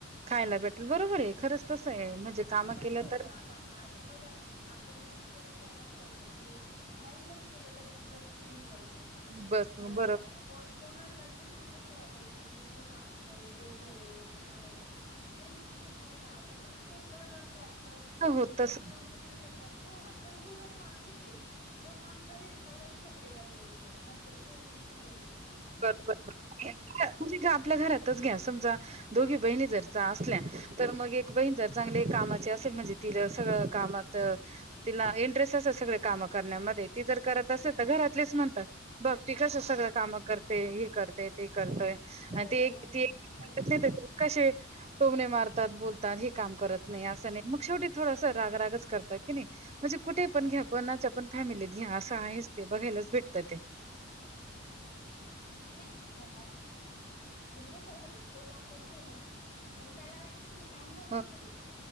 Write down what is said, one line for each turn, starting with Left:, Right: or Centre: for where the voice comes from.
Right: खायला भेटेल बरोबर आहे खरंच तसं आहे म्हणजे
Left: पूर्वी
Right: काम
Left: कसं
Right: केलं
Left: होतं
Right: तर
Left: आता आता बघा आपल्या पूर्वीच्या पिढ्या कशा होत्या की नाही जरी केलं तरी दिवस निघून जायचे नाही का
Right: बर
Left: घरातल्या
Right: बरोबर
Left: को कोणाला कुठेच असं वाटायचं नाही कि हा आमच्यावर ओझं आहे का काय आहे काही विशेष नव्हता आता प्रत्येक कला असं वाटतं
Right: होत तसं
Left: कलयुगा मध्ये तर ह कलयुगात तासच आहे जो काम करेल त्यालाच सगळे व्हॅल्यू देतात नाहीतर कोणीच कोणाला विचारणार
Right: बरो बर म्हणजे आपल्या घरातच घ्या समजा दोघी बहिणी जर असल्या तर मग एक बहीण जर चांगली कामाची असेल म्हणजे त सगळं कामात तिला इंटरेस्ट असे सगळे कामं करण्यामध्ये ती जर करत असेल तर घरातलेच म्हणतात बघ त कसं सगळं काम करत ते हे करतेय ते करतय
Left: हो,
Right: आणि ते
Left: हो.
Right: एक
Left: मग
Right: त क टोमणे मारतात बोलतात हे काम करत नाही असं नाही मग शेवटी थोडास रागरागच करतात की नाही म्हणजे कुठे पण घ्या कोणाच्या पण फॅमिलीत घ्या असं आहेच ते बघायलाच भेटतं ते
Left: नाही आणि कसं असल जो काम करतो ना पण त्याला आयुष्यक काम पण
Right: हो,
Left: असत का